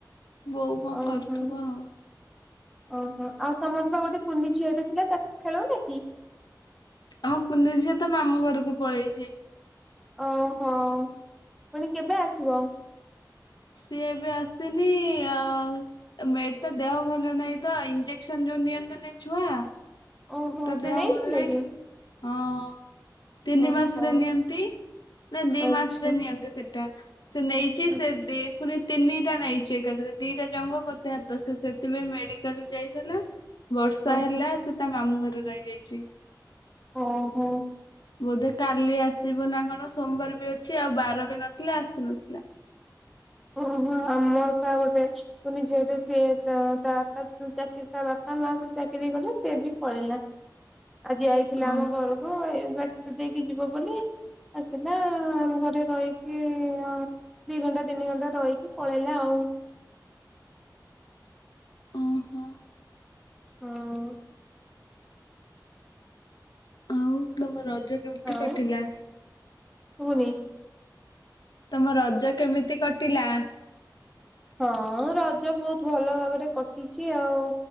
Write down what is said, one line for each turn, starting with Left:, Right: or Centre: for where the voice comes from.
Left: ବୋଉ କଣ
Centre: ଓହୋ।
Left: କରୁଥିବ ଆଉ
Centre: ଓହୋ। ଆଉ ତମର ପା ଗୋଟେ କୁନି ଝିଅ ଟା ଥିଲା ତାକୁ ଖେଳଉନା କି?
Left: ଆମ କୁନି ଝିଅ ତା ମାମୁଁ ଘରକୁ ପଳେଇଛି।
Centre: ଓହୋ। ପୁଣି କେବେ ଆସିବ?
Left: ସିଏ ଏବେ ଆସିନି ଆଉ। ମେଟ ତ ଦେହ ଭଲ ନାହିଁ ତ ଇଞ୍ଜେକ୍ସନ ଯୋଉ ନିଅନ୍ତିନି ଛୁଆ।
Centre: ଓହୋ
Left: ତା ଦେହ
Centre: ସେ ନେଇଥିଲେ
Left: ଭଲ ନାହିଁ।
Centre: କି?
Left: ହଁ ତିନି
Centre: ଓହୋ
Left: ମାସରେ ନିଅନ୍ତି। ନା ଦି
Centre: ଆଚ୍ଛା
Left: ମାସରେ ନିଅନ୍ତି ସେଇଟା ସେ ନେଇଛି
Centre: ଆଚ୍ଛା
Left: ସେ ଦି ପୁଣି ତିନିଟା ନେଇଛି ଏକାଥରେ ଦିଟା ଜଙ୍ଘ ଗୋତେ ହାତ। ସେ ସେଥିପାଇଁ ମେଡିକାଲ ଯାଇଥିଲା। ବର୍ଷା
Centre: ଓହୋ
Left: ହେଲା। ସେ ତା ମାମୁଁ ଘରେ ରହିଯାଇଛି।
Centre: ଓହୋ।
Left: ବୋଧେ କାଲି ଆସିବ ନା କଣ ସୋମବାର ବି ଅଛି ଆଉ ବାର ବି ନଥିଲା ଆସି ନଥିଲା।
Centre: ଓହୋ ଆମର ପା ଗୋଟେ ପୁଣିି ଝିଅଟେ ସିଏ ତା ତା ବାପା ଚାକିରି ତା ବାପା ମାଆଙ୍କ ଚାକିରି କଲେ ସିଏ ବି ପଳେଇଲା। ଆଜି ଆଇଥିଲା
Left: ଓହୋ
Centre: ଆମ ଘରକୁ ଏ ବାଟ ଦେଇକି ଯିବ ବୋଲି। ଆସିଲା ଆମ ଘରେ ରହିକି। ଦି ଘଣ୍ଟା ତିନି ଘଣ୍ଟା ରହିକି ପଳେଇଲା ଆଉ।
Left: ଓହୋ।
Centre: ହଉ।
Left: ଆଉ ତମ ରଜ କେମିତି
Centre: ଆଉ
Left: କଟିଲା
Centre: ତୁନି
Left: ତମ ରଜ କେମିତି କଟିଲା?
Centre: ହଁ ରଜ ବହୁତ ଭଲ ଭାବରେ କଟିଛି ଆଉ।